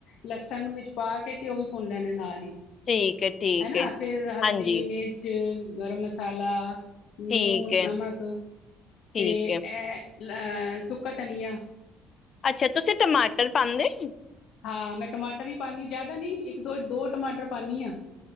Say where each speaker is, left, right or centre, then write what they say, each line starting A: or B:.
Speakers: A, on the left (about 70°); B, on the left (about 40°).
A: ਲਸਣ ਨੂੰ ਵਿੱਚ ਪਾ ਕੇ ਤੇ ਉਹ ਵੀ ਭੁੰਨ ਲੈਨੇ ਨਾਲ ਈ
B: ਠੀਕ ਹੈ ਠੀਕ
A: ਹੈਨਾ
B: ਹੈ।
A: ਫੇਰ ਹਲਦੀ
B: ਹਾਂਜੀ
A: ਮਿਰਚ ਗਰਮ ਮਸਾਲਾ ਲੂਣ
B: ਠੀਕ ਹੈ
A: ਨਮਕ
B: ਠੀਕ
A: ਤੇ
B: ਹੈ
A: ਐਹ ਲ ਸੁੱਕਾ ਧਨਿਯਾ
B: ਅੱਛਾ ਤੁਸੀਂ ਟਮਾਟਰ ਪਾਂਦੇ ਯੇ?
A: ਹਾਂ ਮੈਂ ਟਮਾਟਰ ਵੀ ਪਾਨੀ ਆਂ, ਜ਼ਿਆਦਾ ਨੀ ਇੱਕ ਦੋ-ਦੋ ਟਮਾਟਰ ਪਾਨੀ ਆਂ।